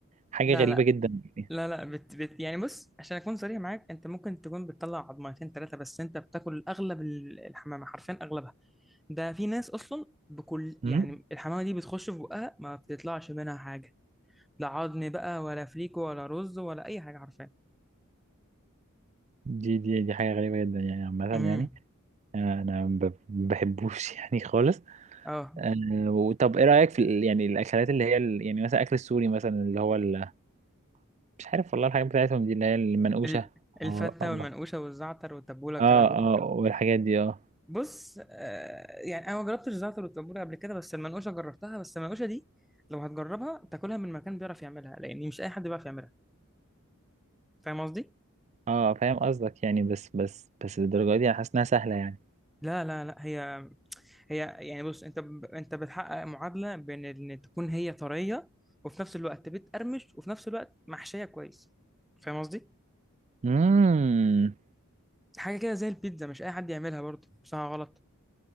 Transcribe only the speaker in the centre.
لا
لا
لا لا بت... بت... يعني بص عشان اكون صريح معاك انت ممكن تكون بتطلع عظمتين ثلاثه بس انت بتاكل اغلب ال- الحمامه حرفيا اغلبها ده في ناس اصلا بكل
يعني الحمامه دي بتخش في بقها ما بتطلعش منها حاجه لا عظم بقى ولا فليكو ولا رز ولا اي حاجه عارفاه
امم
اه
ال- الفته
والمنقوشه والزعتر والتبوله الكلام
ده
بص آه يعني انا ما جربتش الزعتر والتبوله قبل كده بس المنقوشه جربتها بس المنقوشه دي لو هتجربها تاكلها من مكان بيعرف يعملها لان مش اي حد بيعرف يعملها فاهم قصدي
لا لا لا هي هي يعني بص انت ب... انت بتحقق معادله بين ان تكون هي طريه وفي نفس الوقت بتقرمش وفي نفس الوقت محشيه كويس فاهم قصدي
حاجه كده زي البيتزا مش اي حد يعملها برضه صح ولا غلط